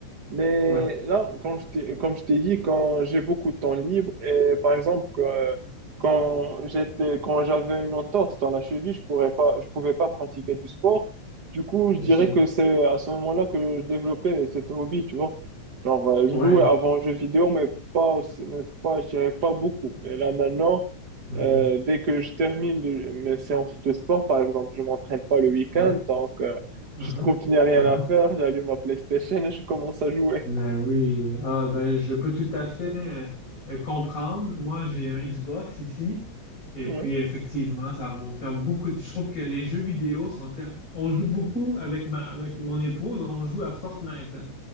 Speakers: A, on the right; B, on the left.
A: Mais
B: ouais,
A: là, quand je t'ai- comme je t'ai dit, quand j'ai beaucoup de temps libre et par exemple que- quand j'étais, quand j'avais une entorse dans la cheville, je pourrais pas, je pouvais pas pratiquer du sport. Du coup, je
B: bien
A: dirais
B: sûr.
A: que c'est à ce moment-là que je développais cet hobby, tu vois. Genre, euh, je
B: Ouais.
A: jouais avant aux jeux vidéo, mais pas aussi, mais pas, je dirais pas beaucoup. Mais là maintenant,
B: mhm,
A: euh, dès que je termine le- mes séances de sport, par exemple, je m'entraîne pas le week-end,
B: Ouais.
A: donc. euh,
B: aha,
A: je trouve qu'il n'y a rien
B: aha.
A: à faire, j'allume ma PlayStation et je commence à jouer.
B: Ben oui. Ah, ben, je peux tout à fait euh, euh, comprendre. Moi, j'ai un Xbox ici. Et
A: Ouais.
B: puis, effectivement, ça va me faire beaucoup. de- Je trouve que les jeux vidéo sont. tel- On joue beaucoup avec ma, avec mon épouse. On joue à Fortnite.